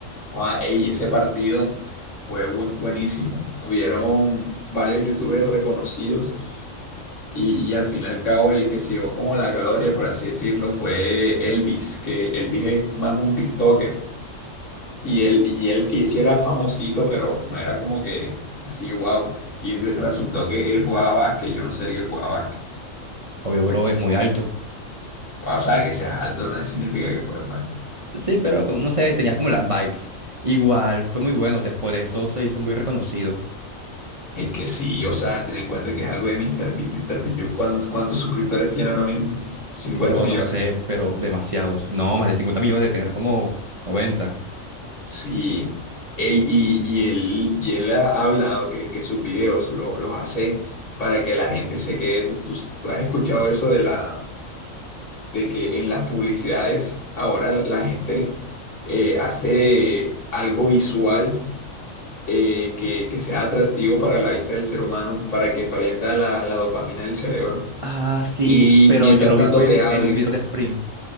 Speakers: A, on the left; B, on the right.
A: Ah, ey, ese partido fue bu- buenísimo. Hubieron varios youtubers reconocidos y, y al fin y al cabo el que se llevó como la gloria, por así decirlo, fue Elvis, que el- Elvis es más un TikToker y él, y él sí, sí era famosito, pero no era como que así, wow. Y re- resultó que él jugaba básquet, yo no sé que él jugaba básquet.
B: obvio, bro, es muy alto.
A: Ah, O sea, que seas alto no significa que puedas mal.
B: Sí, pero como- no sé, tenía como las vibes. Igual, fue muy bueno, después de eso se hizo muy reconocido.
A: es que sí, o sea, ten en cuenta que es algo de Mr. Bean. Mr. Bean, yo, ¿cuán- ¿cuántos suscriptores tiene ahora mismo? cincuenta
B: Bro,
A: millones.
B: no sé, pero demasiados. No, más de 50 millones, de tener como 90.
A: Sí. Ey, y, y él, y él ha hablado que, que sus videos lo- los hace para que la gente se quede. Tú, tú- tú has escuchado eso de, la, de que en las publicidades ahora la la gente eh, hace algo visual eh, que, que sea atractivo para la vista del ser humano, para que prenda la, la dopamina del cerebro.
B: Ah, sí,
A: Y
B: pero
A: mientras
B: yo lo
A: tanto
B: vi fue
A: te
B: en,
A: hablen,
B: en un video de Spring.